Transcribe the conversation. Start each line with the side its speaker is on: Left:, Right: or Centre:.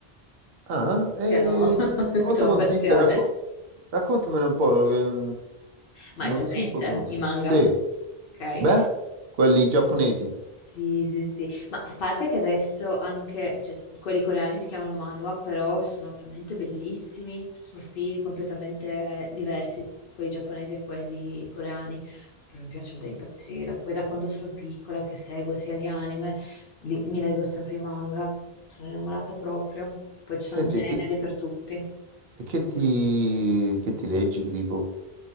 Right: Ah, e
Left: Siano <laughs> la
Right: cosa
Left: tua
Right: consiste?
Left: passione.
Right: Racco- raccontamene un po', non
Left: Ma
Right: non
Left: hai presente
Right: so in cosa consiste.
Left: i manga?
Right: Sì,
Left: Ok.
Right: beh, quelli giapponesi.
Left: Sì, sì, sì, ma a parte che adesso anche, cioè, quelli coreani si chiamano manhwa, però sono veramente bellissimi, Cioè, sono stili completamente diversi, quelli giapponesi e quelli coreani, però mi piacciono da impazzire. Poi da quando sono piccola che seguo sia gli anime, li- mi leggo sempre i manga, sono innamorata proprio, poi ci
Right: Senti,
Left: sono generi
Right: e che,
Left: per tutti.
Right: e che ti, che ti leggi, che tipo?